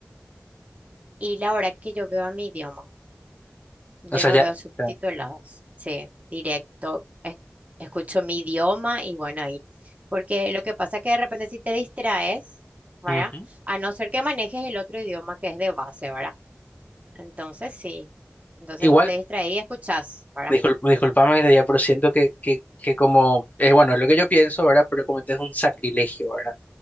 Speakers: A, on the right; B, on the left.
A: Y la hora que yo veo a mi idioma. Yo
B: O sea,
A: no
B: ya.
A: veo subtituladas,
B: o sea,
A: sí, directo. es- escucho mi idioma y bueno, ahí. Porque lo que pasa es que de repente si te distraes, ¿verdad?
B: ujú.
A: A no ser que manejes el otro idioma que es de base, ¿verdad? Entonces sí. Entonces
B: Igual.
A: vos te distraís y escuchás, ¿verdad?
B: Discul- disculpame que te pero siento que, que, que como, eh, bueno, es lo que yo pienso, ¿verdad? Pero como este es un sacrilegio, ¿verdad?